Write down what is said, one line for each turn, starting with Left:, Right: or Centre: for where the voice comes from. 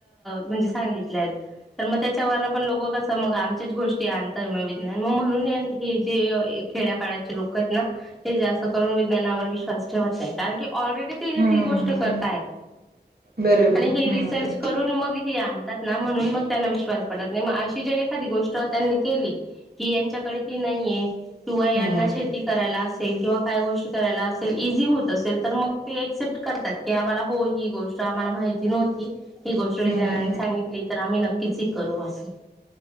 Centre: म्हणजे सांगितले तर मग त्याच्यावर पण लोक कस मग आमच्याच गोष्टी आणतय मग विज्ञान मग म्हणून हे जे खेड्यापाड्याचे लोक आहेत ना हे जास्त करून विज्ञा वि विश्वास ठेवत नाही कारण की ऑलरेडी ते
Right: हम्म
Centre: ती गोष्ट करताय
Right: बरोबर
Centre: आणि
Right: हम्म
Centre: हे रिसर्च करून मग हे आणतात ना म्हण मग त्यांना विश्वास पडत नाही मग अशी जर एखादी गोष्ट त्यांनी केली की यांच्याकडे ती नाहीय किंवा यांना
Right: हम्म
Centre: शेती करायला असेल किंवा काय गोष्टी कराय हो असेल इझी होत असेल मग ते एक्सेप्ट करतात हो ही गोष्ट आम्हाला माहिती नव्हती ही गोष्ट विज्ञानानी
Right: हम्म
Centre: सांगितली तर आम्ही नक्कीच ह करू असं